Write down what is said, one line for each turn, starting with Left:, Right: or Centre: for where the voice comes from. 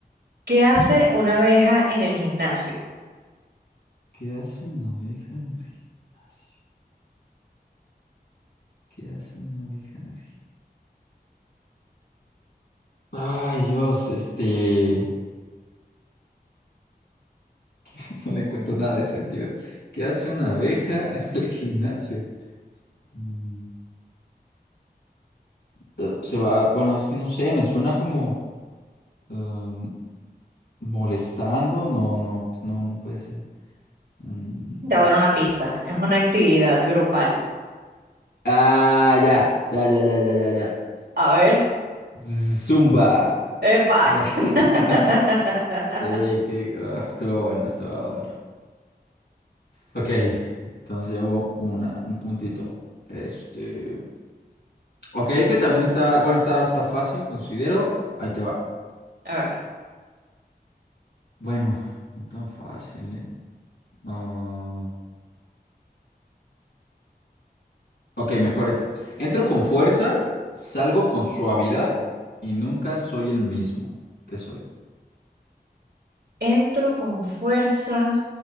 Right: ¿Qué hace una abeja en el gimnasio?
Left: ¿Qué hace una oveja en el gimnasio? ¿Qué hace una oveja en el gimnasio? Ay, Dios, este... <laughs> que No le encuentro nada de sentido. ¿Qué hace una abeja en el gimnasio? Mm, eh, Se va, bueno, es que no sé, me suena como em, molestando. No, no, pues no, no puede ser. Mm,
Right: Te voy a dar una pista. Es una actividad grupal.
Left: Ah, ya, ya, ya, ya, ya, ya, ya.
Right: A ver.
Left: Zumba.
Right: ¡Epa!
Left: Ya. <laughs>
Right: <laughs>
Left: Sí, que ah, estuvo bueno, estuvo bueno. Ok, entonces llevo una, un puntito. Este. Ok, este también está. Bueno, está, está fácil, considero. Ahí te va.
Right: A ver.
Left: Bueno, no tan fácil, ¿eh? Ah, ok, mejor este. Entro con fuerza, salgo con suavidad y nunca soy el mismo que soy.
Right: Entro con fuerza,